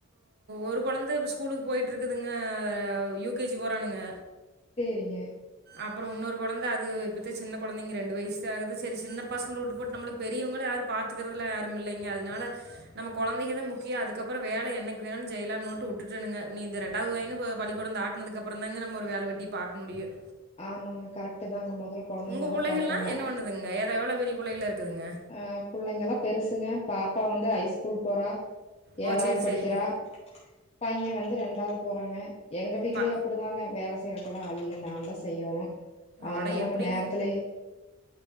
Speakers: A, on the right; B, on the left.
A: ஒரு கொழந்தை ஸ்கூலுக்கு போயிட்டு இருக்குதுங்க யூகேஜி போறானுங்க
B: செரிங்க
A: அப்பறோ இன்னொரு கொழந்தை அது இப்போத்த சின்ன கொந்தைங்க ரெண்டு வயசுே ஆகுது சின்ன பசங்களை விட்டு போட்டு நம்பளுக்கு பெரியவங்கள யும் பார்த்துக்கறதல யாரும் இல்லைங்க அதுனால நம்ம கொழந்தங்க தான் முக்கியோ அதுக்கப்பறோ வேல என்னைக்கு வேணும்னு ஜெயிலாக நோட்டு விட்டுணுங்க நீ இந்த ரெண்டாவது வயனு பள்ளி குடம் ஆட்டுனதுக்கப்புறம்ந்தாங்க நம்ம ஒரு வேலை வெட்டி பார்க்க முடியும்
B: ஆமாங்க கரெக்ட்டு தாங்க மொதல்ல குழந்தைங்கள
A: உங்க பிள்ளைகள்ல்லாம்
B: தான் பாக்கோணும்.
A: என்ன பண்ணுதுங்க ஏதோ எவ்வளவு பெரிய பிள்ளைகள்ல இருக்குதுங்க
B: அஹ் புள்ளைங்கல்லாம் பெருசுங்க பாப்பா வந்து ஐ ஸ்கூல் போறா
A: ஓ
B: ஏழாவது
A: சரி
B: படிக்கிறா
A: சரிங்க
B: பையன் வந்து ரெண்டாவது போறாங்க எங்க வீட்லயே
A: பா
B: அப்டிதாங்க வேல இருக்குல ஆள் இல்ல நான் தான் செய்யணு அதனாலதாங்க
A: அட எப்படிங்க
B: நேரத்துலயே